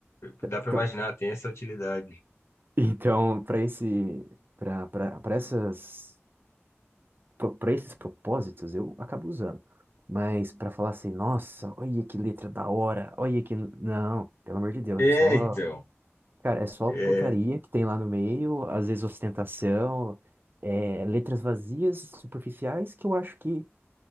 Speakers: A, on the left; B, on the right.
A: Dá
B: Então,
A: para imaginar, tem essa utilidade.
B: <laughs> então pra esse, pra, pra, pra essas, pro- pra esses propósitos, eu acabo usando. Mas pra falar assim, nossa, olha que letra da hora, olha que... Não, pelo amor de Deus,
A: É,
B: é só
A: então.
B: Cara, é só
A: É,
B: putaria que tem lá no meio, às vezes ostentação, é, letras vazias, superficiais, que eu acho que